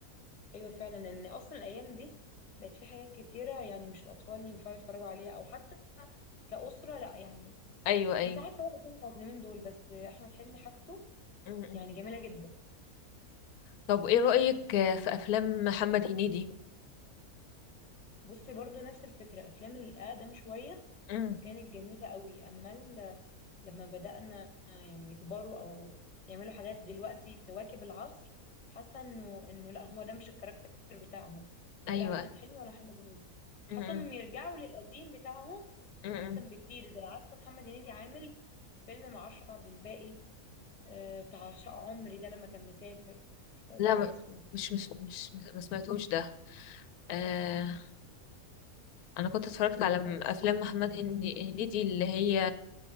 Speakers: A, on the left; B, on the left.
A: أيوة فعلا إن أصلا الأيام دي بقت في حاجات كتيرة يعني مش الأطفال ينفعوا يتفرجوا عليها أو حتى كأسرة لا يعني
B: ايوه ايوه
A: أنت عارفة بقى الأفلام بتاعت اليومين دول بس أحمد حلمي حاجته
B: م- م.
A: يعني جميلة جدا
B: طب ايه رأيك في افلام محمد هنيدي
A: بصي برضو نفس الفكرة الأفلام الأقدم شوية
B: امم
A: كانت جميلة قوي أما ال- لما بدأنا يعني يكبروا أو يعملوا حاجات دلوقتي تواكب العصر حاسة إنه إنه لا هما ده مش الكاركتر بتاعهم ولا
B: ايوه
A: أحمد حلمي ولا محمد هنيدي
B: امم
A: حاسة إنهم يرجعوا للقديم بتاعهم
B: امم
A: أحسن بكتير زي عارفة محمد هنيدي عامل فيلم مع أشرف عبد الباقي آه، بتاع شقة عمري ده لما كان مسافر مش فاكرة
B: لا ما-
A: اسمه
B: مش مش مش ما سمعتوش ده آه انا كنت اتفرجت على م-
A: طب
B: افلام محمد هندي هنيدي اللي هي